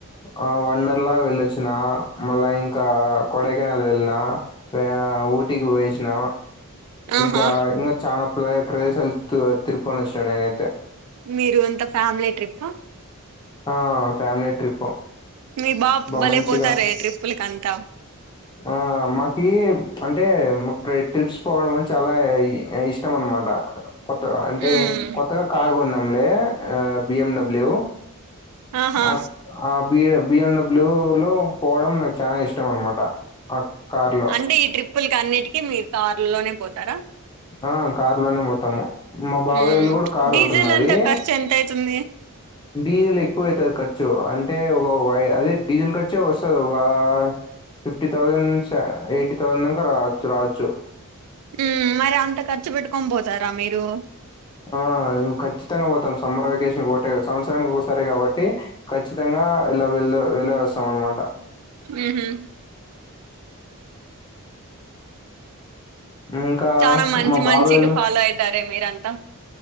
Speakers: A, on the left; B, on the right.
A: ఆ వడర్ లాల్ వెళ్ళొచ్చిన మళ్ళా ఇంకా కొడైకానాల్ వెళ్ళిన. వా ఊటీకి పోయిచ్చిన.
B: ఆహా
A: ఇంకా ఇంకా చాలా ప్లే ప్లేసెస్ తిరు తిరుకొని ఓచ్చిన నేనైతే.
B: మీరు ఇంత ఫ్యామిలీ ట్రిప్పు.
A: ఆ ఫ్యామిలీ ట్రిప్పు.
B: మీ బాప్
A: బా
B: బలేపోతారే
A: మంచిగా
B: ట్రిప్పులకంతా.
A: ఆ మాకి అంటే మక్ ఏ ట్రిప్స్ పోవడం అని చాలా ఇష్. ఇష్టం అన్నమాట కొత్తగా అంటే
B: ఉమ్,
A: కొత్తగా కార్ గోన్నాంలే అ బిఎండబ్ల్యూ.
B: ఆహా
A: ఆ ఆ బి బిఎం డబ్ల్యూ లో. పోవడం నాకు చాలా ఇష్టం అన్నమాట ఆ కార్లో.
B: బ్లె ట్రిప్. ఇంకా అన్నిటికీ మీరు కారులోనే పోతారా.
A: ఆ కార్ లోనే బోతాము మా బాబాయిళు
B: ఉమ్,
A: గూడా కార్
B: డీజిల్
A: ఒటున్నది.
B: అంతా ఖర్చు ఎంత అయితుంది.
A: డీయిల్ ఎక్కువయితది ఖర్చు అంటే ఒక వై అదే డీజిల్ ఖర్చు వోస్తద వా. ఫిఫ్టీ థౌజంన్ స్స ఎయిటీ థౌజంన్ దాకా రావచ్చు రావచ్చు.
B: ఉమ్ మరి అంత ఖర్చు బెట్టుకొని బోతారా మీరూ.
A: ఆ ఖచ్చితంగా వోతాం సమ్మర్ వెకేషన్ ఓతే సంవత్సరానికి ఒకసారే కాబట్టి ఖచ్చితంగా. ఇలా వెళ్ళ వెళ్లేే వస్తాం అన్నమాట.
B: ఉహు.
A: ఇంకా
B: చానా మంచి
A: మా
B: మంచిగా
A: బాబాయోళ్ళు
B: ఫాలో అయితార మీరంతా.